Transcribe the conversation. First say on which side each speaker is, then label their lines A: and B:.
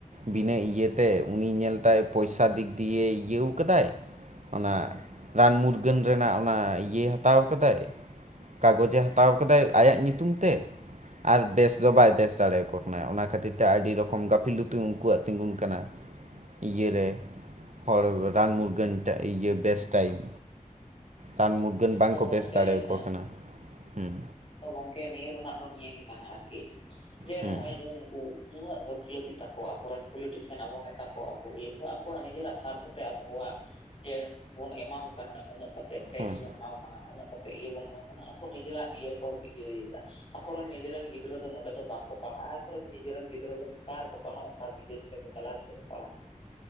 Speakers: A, on the right; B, on the left.
A: ᱵᱤᱱᱟᱹ ᱤᱭᱟᱹᱛᱮ ᱩᱱᱤ ᱧᱮᱞ ᱛᱟᱭ ᱯᱚᱭᱥᱟ ᱫᱤᱠ ᱫᱤᱭᱮ ᱤᱭᱟᱹᱣ ᱠᱟᱫᱟᱭ ᱚᱱᱟ ᱨᱟᱱ ᱢᱩᱨᱜᱟᱹᱱ ᱨᱮᱱᱟᱜ ᱚᱱᱟ ᱤᱭᱟᱹ ᱦᱟᱛᱟᱣ ᱠᱟᱫᱟᱭ᱾ ᱠᱟᱜᱚᱡᱮ ᱦᱟᱛᱟᱣ ᱠᱟᱫᱟᱭ ᱟᱭᱟᱜ ᱧᱩᱛᱩᱢ ᱛᱮ᱾ ᱟᱨ ᱵᱮᱥ ᱫᱚ ᱵᱟᱭ ᱵᱮᱥ ᱫᱟᱲᱮᱭᱟᱠᱚ ᱠᱟᱱᱟᱭ ᱚᱱᱟ ᱠᱷᱟᱹᱛᱤᱨ ᱛᱮ ᱟᱹᱰᱤ ᱨᱚᱠᱚᱢ ᱜᱟᱹᱯᱷᱤᱞᱩᱛᱩ ᱩᱱᱠᱩᱣᱟᱜ ᱛᱤᱸᱜᱩᱱ ᱠᱟᱱᱟ᱾ ᱤᱭᱟᱹᱨᱮ ᱦᱚᱲ ᱨᱟᱱ ᱢᱩᱨᱜᱟᱹᱱ ᱤᱭᱟᱹ ᱵᱮᱥ ᱴᱟᱭᱤᱢ᱾ ᱨᱟᱱ ᱢᱩᱨᱜᱟᱹᱱ ᱵᱟᱝᱠᱚ
B: ᱛᱚ ᱜᱚᱝᱠᱮ
A: ᱵᱮᱥ ᱫᱟᱲᱮᱭᱟᱠᱚ
B: ᱦᱮᱸ
A: ᱠᱟᱱᱟ᱾ ᱦᱩᱸ
B: ᱛᱚ ᱜᱚᱝᱠᱮ ᱱᱤᱭᱟᱹ ᱨᱮᱱᱟᱜ ᱫᱚ ᱱᱤᱭᱟᱹ ᱜᱮ ᱠᱟᱱᱟ ᱟᱨᱠᱤ ᱡᱮ
A: ᱦᱩᱸ
B: ᱱᱚᱜᱼᱚᱭ ᱡᱮ ᱱᱩᱠᱩ ᱱᱩᱱᱟᱹᱜ ᱜᱟᱹᱯᱷᱞᱟᱹᱛᱤ ᱛᱟᱠ ᱟᱠᱨᱮᱱ ᱯᱚᱞᱤᱴᱤᱥᱤᱭᱟᱱ ᱟᱵᱚ ᱱᱮᱛᱟ ᱠᱚ ᱟᱵᱚ ᱤᱭᱟᱹ ᱠᱚ ᱟᱠᱚᱣᱟᱜ ᱱᱤᱡᱮᱨᱟᱜ ᱥᱟᱨᱛᱷᱚ ᱛᱮ ᱟᱵᱚᱣᱟᱜ ᱡᱮ ᱵᱚᱱ ᱮᱢᱟ ᱠᱚ ᱠᱟᱱᱟ ᱩᱱᱟᱹᱜ ᱠᱟᱛ᱾ ᱛᱮ ᱴᱮᱠᱥ
A: ᱦᱩᱸ
B: ᱵᱚᱱ ᱮᱢᱟ ᱠᱚ ᱠᱟᱱᱟ ᱩᱱᱟᱹᱜ ᱠᱟ ᱠᱟᱛᱮᱫ ᱤᱭᱟᱹ ᱵᱚᱱ ᱮᱢᱟ ᱠᱚ ᱠᱟᱱᱟ ᱟᱠᱚ ᱱᱤᱡᱮᱨᱟᱜ ᱤᱭᱟᱹ ᱨᱮᱠᱚ ᱤᱭᱟᱹᱭ ᱫᱟ᱾ ᱟᱠᱚᱨᱮᱱ ᱱᱤᱡᱮᱨᱮᱱ ᱜᱤᱫᱽᱨᱟᱹ ᱫᱚ ᱱᱚᱰᱮ ᱫᱚ ᱵᱟᱝ ᱠᱚ ᱯᱟᱲᱦᱟᱜᱼᱟ ᱟᱠᱚᱨᱮᱱ ᱱᱤᱡᱮᱨᱮᱱ ᱜᱤᱫᱽᱨᱟᱹ ᱫᱚ ᱚᱠᱟ ᱨᱮᱠᱚ ᱯᱟᱲᱦᱟᱜ ᱚᱠᱟ ᱵᱤᱫᱮᱥ ᱨᱮ᱾ ᱠᱚ ᱪᱟᱞᱟᱣ ᱠᱟᱛᱮ ᱠᱚ ᱯᱟᱲᱦᱟᱜᱼᱟ